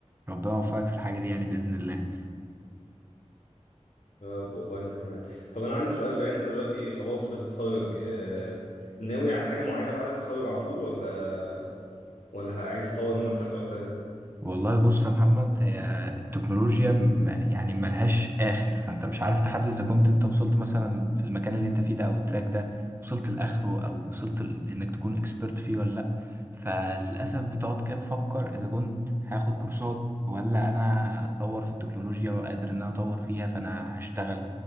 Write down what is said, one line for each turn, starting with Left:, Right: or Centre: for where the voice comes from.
Right: ربنا يوفقك في الحاجة دي يعني بإذن الله
Left: يا رب والله انت كمان طب انا عندي سؤال بقى انت دلوقتي خلاص بتتخرج آه، ناوي على حاجه معينه بعد التخرج على طول ولا ولا عايز تطور من نفسك اكتر يعني
Right: والله بص يا محمد هي التكنولوجيا م- يعني ملهاش آخر فأنت مش عارف تحدد إذا كنت أنت وصلت مثلا في المكان اللي أنت فيه ده أو التراك ده وصلت لآخره أو وصلت ل- لإنك تكون إكسبرت فيه ولا لأ فللأسف بتقعد كده تفكر إذا كنت هاخد كورسات ولا أنا أتطور في التكنولوجيا وقادر إن أنا أطور فيها فأنا هشتغل